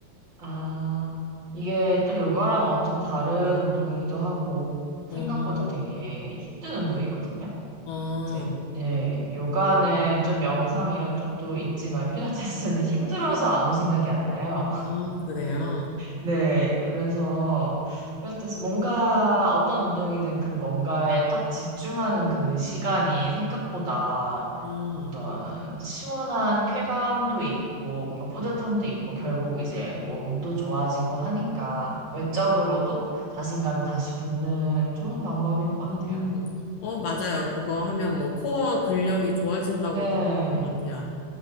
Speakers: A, on the right (about 35°); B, on the left (about 75°).
A: 아, 이게 또 요가랑 엄청 다른 운동이기도 하고, 생각보다
B: 어,
A: 되게 힘든 운동이거든요?
B: 어,
A: 이제, 예, 요가는 좀 명상 이런 쪽도 있지만, 필라테스는 <laughs> 힘들어서 아무 생각이 안 나요.
B: 어, 그래요.
A: 네, 그래서 이럴 때 뭔가 어떤 운동이든 그 뭔가에 딱 집중하는 그 시간이 생각보다
B: 음,
A: 어떤 시원한 쾌감도 있고 뭔가 뿌듯함도 있고 결국 이제 몸도 좋아지고 하니까 외적으로도 자신감이 다시 붙는 좋은 방법인 것 같아요.
B: 음, 음. 어, 맞아요. 그거 하면 뭐 코어 근력이 좋아진다고
A: 네,
B: 들은 것 같아요.